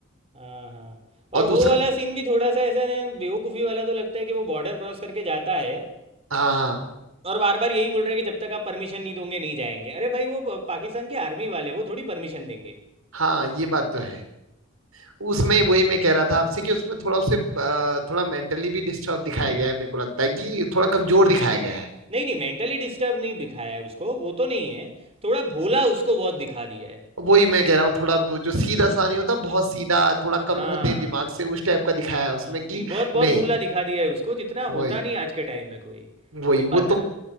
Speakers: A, on the right; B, on the right.
A: हाँ हाँ
B: और
A: और
B: दूसरा
A: वो वाला सीन भी थोड़ा सा ऐसा ना बेवकूफ़ी वाला तो लगता है कि वो बॉर्डर क्रॉस करके जाता है
B: हाँ हाँ
A: और बार बार यही बोल रहा है कि जब तक आप परमिशन नहीं दोगे नहीं जाएंगे अरे भाई वो प- पाकिस्तान के आर्मी वाले वो थोड़ी परमिशन देंगे
B: हाँ ये बात तो है उसमें वही मैं कह रहा था आपसे कि उसमें थोड़ा उसे अ, थोड़ा मेंटली भी डिस्टर्ब दिखाया गया है मेरे को लगता है कि थोड़ा कमजोर दिखाया गया है
A: नहीं नहीं मेंटली डिस्टर्ब नहीं दिखाया है उसको वो तो नहीं है थोड़ा भोला उसको बहुत दिखा दिया है
B: वही मैं कह रहा हूँ थोड़ा जो सीधा सा नहीं होता बहुत सीधा थोड़ा कम
A: हाँ
B: होते हैं दिमाग से उस टाइप का दिखाया है उसमें
A: हाँ नहीं
B: कि
A: बहुत बहुत
B: नहीं
A: भोला दिखा दिया है उसको जितना
B: वही
A: होता नहीं आज के टाइम में कोई
B: वही
A: वो
B: वो
A: बात
B: तो
A: है ना